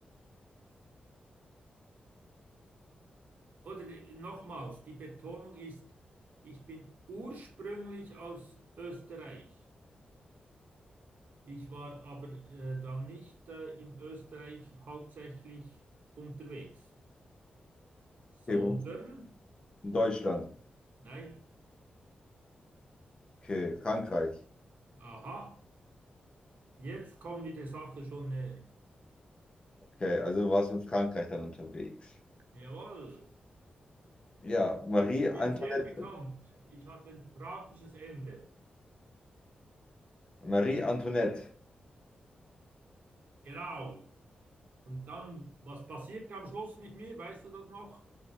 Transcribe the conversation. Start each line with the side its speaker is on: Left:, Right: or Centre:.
Right: Oder äh, nochmals, die Betonung ist, ich bin ursprünglich aus Österreich. Ich war aber äh, dann nicht äh, in Österreich hauptsächlich unterwegs, sondern,
Left: okay. wo- In Deutschland.
Right: nein,
Left: Okay, Frankreich.
Right: aha, jetzt kommen wir der Sache schon näher.
Left: Okay, also warst du in Frankreich dann unterwegs.
Right: Jawohl,
Left: Ja, Marie
Right: ich
Left: Antoinette.
Right: bin sehr bekannt. Ich hatte ein tragisches Ende.
Left: Marie Antoinette.
Right: Genau. Und dann, was passiert am Schluss mit mir? Weißt du das noch?